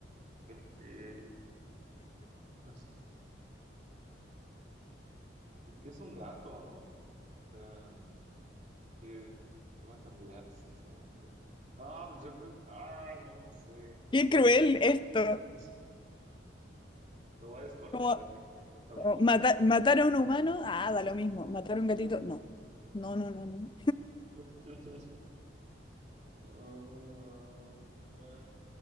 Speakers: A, on the right; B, on the left.
A: Porque pues, es que es un gato, ¿no? O sea, ¿qué, qué va a cambiar si se muere un gatito? No, pues yo creo. Ah, no, no sé,
B: <laughs> Qué
A: no sé.
B: cruel
A: <laughs>
B: esto.
A: Me voy a desconectarme
B: Como,
A: con el para
B: como
A: no
B: mata-
A: seguir con
B: matar a un humano,
A: eso.
B: ah, da lo mismo. Matar a un gatito,
A: <laughs>
B: no. No, no, no, no.
A: <laughs> Oh, man.